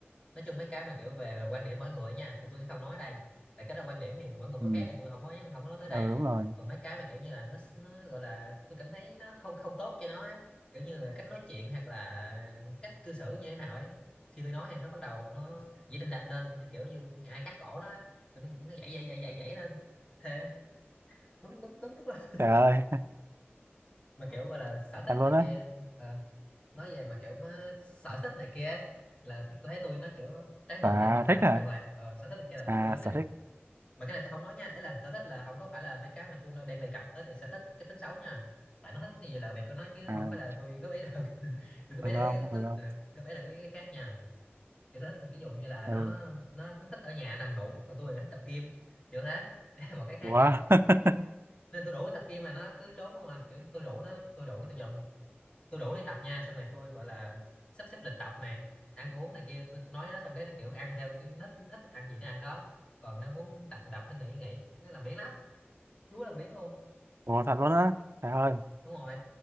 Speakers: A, on the left; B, on the right.
A: nói chung mấy cái mà kiểu về quan điểm mỗi người nha thì tôi sẽ không nói ở đây tại cái đó quan điểm thì mỗi người mỗi
B: ừ.
A: khác thì tôi không có nhắn không có nói tới đây
B: ừ đúng rồi
A: còn mấy cái mà kiểu như là nó nó gọi là tôi cảm thấy nó không không tốt cho nó ấy. kiểu như là cách nói chuyện hoặc là cách cư xử như thế nào ấy khi tôi nói thì nó bắt đầu nó dễ đình đạch lên như kiểu như ai cắt cổ nó kiểu nó nó dậy dậy dậy dậy dậy lên thế đúng đúng đúng tức là
B: trời ơi
A: <laughs> mà kiểu gọi là sở
B: <laughs>
A: thích
B: thật luôn
A: này
B: á
A: kia Ờ nói về mà kiểu má sở thích này kia ấy, là tôi thấy tôi nó kiểu trái ngược
B: sở
A: nha hoàn toàn
B: thích hả
A: hoàn toàn ờ, sở thích này kia là
B: à
A: tôi nó
B: sở
A: trái ngược
B: thích
A: mà cái này tôi không nói nha ấy là sở thích là không có phải là mấy cái mà tôi nói đang đề cập tới để sở thích cái tính xấu nha tại nó thích cái gì là việc của nó chứ
B: à
A: không phải là tôi góp ý được <laughs> tôi góp
B: ừ
A: ý là
B: không
A: cái góp, góp,
B: ừ không
A: ừ, góp ý là cái, cái khác nha kiểu sở thích ví dụ như là
B: ừ
A: nó nó nó thích ở nhà nằm ngủ còn tôi thì thích tập gym kiểu thế <laughs> đây là một cái khác
B: quá
A: này
B: <laughs>
A: nên tôi rủ nó tập gym mà nó cứ trốn không à kiểu tôi rủ nó tôi rủ nó từ giờ tôi rủ đi tập nha xong rồi tôi gọi là sắp xếp lịch tập này ăn uống này kia tôi, nói nó xong cái nó kiểu ăn theo cái nó nó thích ăn gì nó ăn đó còn nó muốn tập thì tập nó nghỉ thì nghỉ nó làm biếng lắm chúa làm biếng luôn
B: Ủa thật luôn á Trời ơi
A: đúng rồi